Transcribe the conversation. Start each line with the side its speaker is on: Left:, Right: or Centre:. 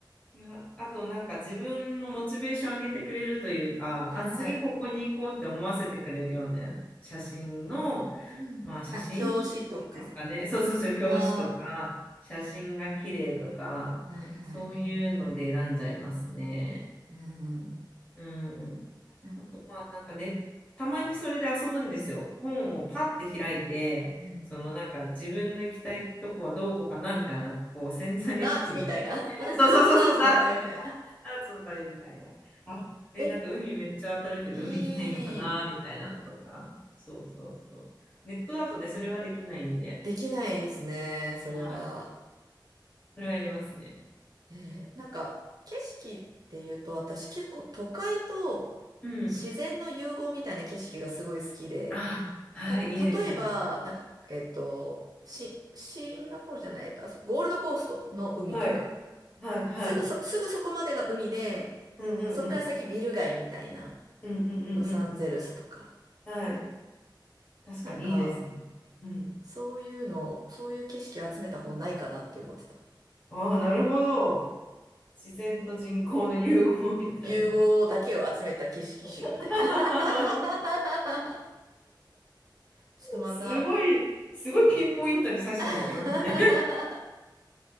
Left: いや、あとなんか自分のモチベーション上げてくれるというか、
Right: はいはい。
Left: あ、次ここに行こうって思わせてくれるような写真の、
Right: うん。
Left: まあ写真集ですかね。
Right: あ、表紙とか。
Left: そうそうそう、表紙とか、
Right: あ
Left: 写真が綺麗とか、
Right: あ、はいはいはい。
Left: そういうので選んじゃいますね。
Right: うん。
Left: うん。
Right: なんか、
Left: あとまあなんかね、たまにそれで遊ぶんですよ。本をパッて開いて、
Right: うん。
Left: そのなんか自分の行きたいとこはどこかなみたいな、こう潜在意識の
Right: ダーツみたいな。<laughs> ダ
Left: そうそうそうそうだ
Right: ーツの旅みたいな。
Left: アーツの旅みたいな。あ、え、
Right: え、
Left: なんか海めっちゃ当たるけど、
Right: いい。
Left: 海行きたいのかなみたいなのとか。そうそうそう。ネットだとね、それはできないんで、
Right: できないですね、それは。
Left: はい。それはやりますね。
Right: えーなんか、景色って言うと私結構都会と
Left: うん。
Right: 自然の融合みたいな景色がすごい好きで、
Left: あ、はい、
Right: た、
Left: いいですね。
Right: 例えば、なんか、えっと、シシンガポールじゃない、えっと、あそゴールドコーストの海とか、
Left: はい、はい、はい。
Right: すぐそ、すぐそこまでが海で、
Left: うんうんうん。
Right: そっから先ビル街みたいな、
Left: うんうんう
Right: ロサンゼルスとか、
Left: んうん。はい。確かにいいですね。
Right: なんか、
Left: うん。
Right: そういうの、そういう景色を集めた本ないかなって思ってた。
Left: ああ、なるほど。自然と人工の融合みたいな。
Right: 融合だけを集めた景色集みたいな。
Left: <laughs>
Right: <laughs> ちょっとまた
Left: すごい、すごいピンポイントに刺しに行きますね。
Right: <laughs>